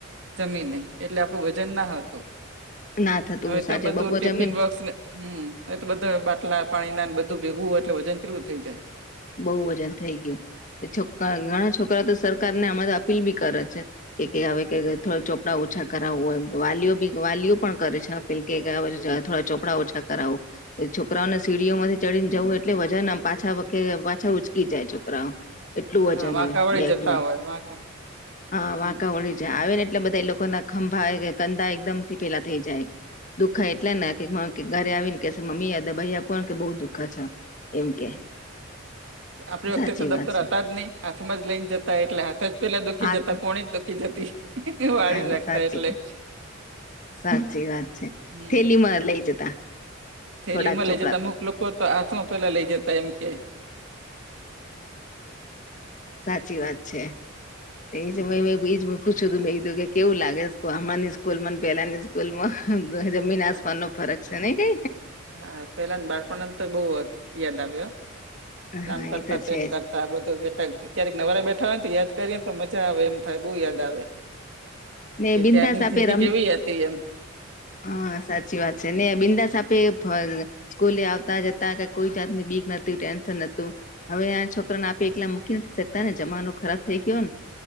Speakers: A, on the right (about 65°); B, on the left (about 40°).
A: જમીનને એટલે આપડું વજન ના હતું.
B: ના થતું
A: હવે
B: સાચે
A: તો બધું
B: બપોર
A: ટિફિન
B: જમીને
A: બોસ હમ્મ એ તો બધા બાટલા પાણી ના બધું ભેગવું હોય એટલે વજન કેટલું થઇ જાય.
B: બઉ વજન થઈ ગયું છોક ઘણા છોકરા તો સરકારને આમાંરે અપીલ બી કરે છે કે હવે થોડા ચોપડા ઓછા કરાવવું હોય એમ કે વાલીઓ બી વાલીઓ પણ કરે છે પીલકે ગયા થોડા ચોપડા ઓછા કરાવું છોકરાઓને સીડીઓમાંથી ચડીને જવું એટલે વજન પાછા કે પાછા ઉચકી જાય છોકરાઓ એટલું વજન
A: હા વાંકા
B: હોય
A: વળી
B: બેગમાં
A: જતા હોય વાંકા
B: હા
A: હમ
B: વાંકાવાળી આવે ને એટલે બધા એ લોકો ના ખંભા કદા એકદમ થી પેલા થઈ જાય. દુખા એટલે ના કે ઘરે આવીને કે મમ્મી યાદા ભાઈ આપ કે બહુ દુખા છે એમ કે.
A: હમ. આપણી વખતે
B: સાચી
A: તો દફ્તર
B: વાત છે
A: હતા જ નહી હાથમાં જ લઈને જતા એટલે હાથ જ પેલા દુખીતા
B: હા
A: કોની દુખી જતી. વાળીને
B: હા
A: રાખતા
B: સાચી
A: એટલે
B: સાચી વાત છે
A: હમ્મ.
B: થેલીમાં લઈ જતા
A: થેલી
B: થોડાક
A: માં
B: ચોપડા
A: લઈ જતા
B: તો
A: અમુક લોકો તો હાથ પેલા લઈ જતા એમ કે.
B: સાચી વાત છે. એ મેજ પૂછ્યું તું મેં કીધું કે કેવું લાગે હમાની સ્કૂલ મને પેલા ની સ્કૂલ સ્કૂલમાં જમીના
A: હા
B: આસમાન ન ફરક છે નઈ.
A: હા પેલા ને બાળપણને તો બહુ યાદ આવ્યો.
B: હા
A: આમ કરતા
B: એ તો
A: તેમ
B: છે જ
A: કરતા બધું બેઠા ક્યારેક નવારે બેઠા હો ને તો યાદ કરીએ તો મજા આવે એમ. થાઈ બહુ યાદ આવે
B: ને
A: કે
B: બિંદાસ
A: ત્યારની
B: આપે
A: જિંદગી
B: રમ
A: કેવી હતી એમ.
B: હા સાચી વાત છે ને બિંદાસ આપે સ્કૂલે આવતા જતા કોઈ જાતની બીક ન ટેન્શન નતું હવે આ છોકરાને આપી એકલા મૂકી નથી શકતા ને જમાનો ખરાબ થઈ ગયો ને